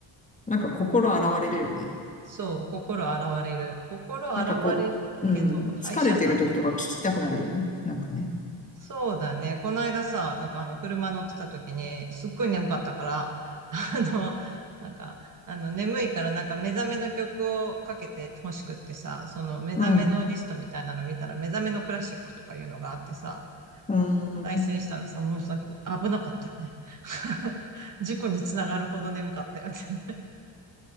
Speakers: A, on the left (about 15°); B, on the right (about 40°).
A: なんか心洗われるよね。
B: そう、心洗われる。心洗われるけど、
A: なんかこう、うん。
B: 歯医者さん
A: 疲れてる時とか聞きたくなるよね。なんかね。
B: そうだね。この間さ、なんかあの、車乗ってた時に、すっごい眠かったから、<laughs> あの、なんか、あの、眠いからなんか目覚めの曲をかけて欲しくってさ、その目覚めのリストみたいなの見たら、
A: うん。
B: 目覚めのクラシックとかいうのがあってさ、
A: うん。
B: 再生したらさ、もうさ、危なかったよね。<laughs> 事故につながるほど眠かったよね。<laughs>